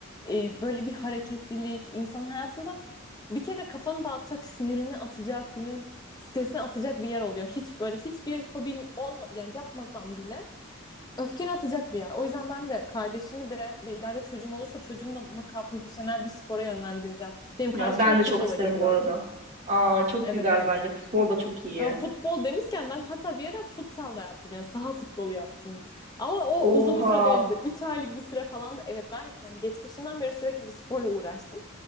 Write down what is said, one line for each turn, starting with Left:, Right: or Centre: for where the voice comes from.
Left: e, böyle bir hareketlilik insan hayatında bir kere kafanı dağıtacak, sinirini atacak, günün stresini atacak bir yer oluyor. Hiç böyle hiçbir hobin olma yani yapmasan bile öfkeni atacak bir yer. O yüzden ben de kardeşimi de ve ileride çocuğum olursa çocuğumu da mutlaka profesyonel bir spora yönlendireceğim. Benim
Right: Ya
Left: kardeşim
Right: ben
Left: de futbola
Right: de çok isterim
Left: gidiyor.
Right: bu arada. Aa çok
Left: Evet
Right: güzel
Left: evet.
Right: bence. Futbol da çok iyi.
Left: Ya futbol demişken ben hatta bir ara futsal da yaptım. Yani saha futbolu yaptım. Ama o
Right: Oha.
Left: uzun bir süre değildi. üç aylık bir süre falan evet ben yani geçmişimden beri sürekli bir sporla uğraştım.